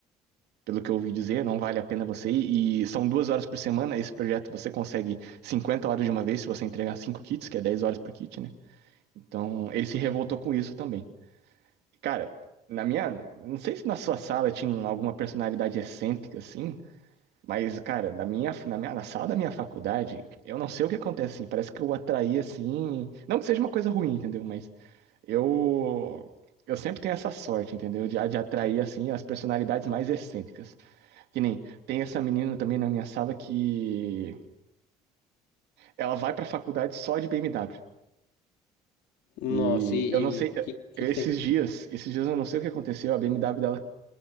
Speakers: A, on the right; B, on the left.
A: pelo que eu ouvi dizer, não vale a pena você ir. E são duas horas por semana, esse projeto você consegue 50 horas de uma vez se você entregar cinco kits, que é 10 horas por kit, né? Então, ele se revoltou com isso também. Cara, na minha. Não sei se na sua sala tinha alguma personalidade excêntrica, assim, Mas, cara, na minha, na minha, na sala da minha faculdade, eu não sei o que acontece, assim, parece que eu atraí, assim, não que seja uma coisa ruim, entendeu? Mas eu, eu sempre tenho essa sorte, entendeu? De, de atrair, assim, as personalidades mais excêntricas. Que nem, tem essa menina também na minha sala que ela vai pra faculdade só de BMW.
B: Nossa,
A: E
B: e
A: eu não sei,
B: o que, que
A: esses
B: que tem?
A: dias, esses dias eu não sei o que aconteceu, a BMW dela